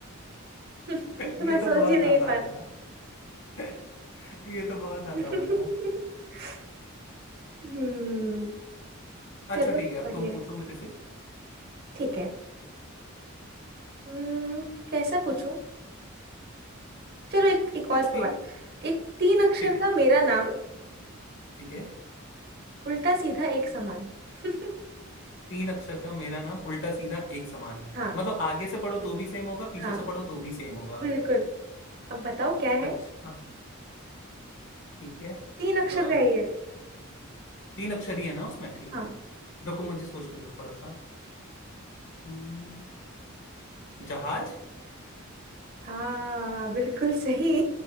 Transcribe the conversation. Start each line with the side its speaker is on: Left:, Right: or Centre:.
Right: <laughs> तो
Left: ये
Right: मैं
Left: तो
Right: सोच
Left: बहुत
Right: ही नहीं
Left: आसान
Right: पा
Left: था <laughs> ये तो बहुत आसान
Right: <laughs>
Left: था
Right: हम्म
Left: अच्छा
Right: चलो
Left: ठीक है अब
Right: बढ़िया
Left: तुम पूछो
Right: है
Left: मेरे से
Right: ठीक है हम्म कैसा पूछूं चलो एक एक
Left: कुछ
Right: और
Left: भी
Right: सवाल एक तीन अक्षर
Left: ठीक है
Right: का
Left: ठीक
Right: मेरा
Left: है
Right: नाम
Left: ठीक है
Right: उल्टा सीधा एक समान <laughs>
Left: तीन अक्षर का मेरा नाम उल्टा सीधा एक समान
Right: हाँ
Left: मतलब आगे से पढ़ो तो भी सेम होगा पीछे
Right: हाँ
Left: से पढ़ो तो भी सेम होगा
Right: बिल्कुल अब बताओ क्या
Left: अच्छा
Right: है
Left: ठीक है
Right: तीन अक्षर
Left: आ,
Right: का ही है ये।
Left: तीन अक्षर ही है ना उसमें ठीक
Right: हाँ
Left: है रुको मुझे सोचने दो थोड़ा सा हम्म, जहाज
Right: हाँ बिल्कुल सही